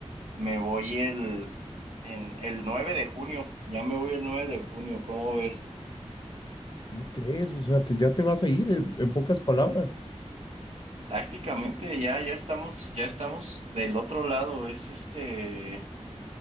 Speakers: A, on the right; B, on the left.
A: Me voy el... En el 9 de junio. Ya me voy el 9 de junio, ¿cómo ves?
B: ¿Cómo crees? O sea, te- ya te vas a ir, en, en pocas palabras.
A: Prácticamente ya, ya estamos, ya estamos del otro lado. Es este,